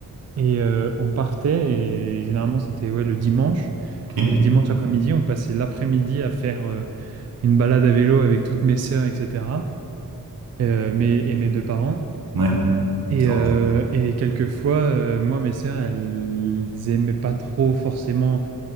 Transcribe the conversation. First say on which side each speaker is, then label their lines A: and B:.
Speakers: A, on the right; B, on the right.
A: et euh, on partait et généralement c'était ouais le dimanche.
B: ok.
A: Et le dimanche après-midi, on passait l'après-midi à faire euh, une balade à vélo avec toutes mes sœurs, etc euh, mes, et mes deux parents.
B: Ouais.
A: Et,
B: C'est vraiment-
A: euh,
B: sympa.
A: et quelquefois, euh, moi, mes sœurs, elles aimaient pas trop forcément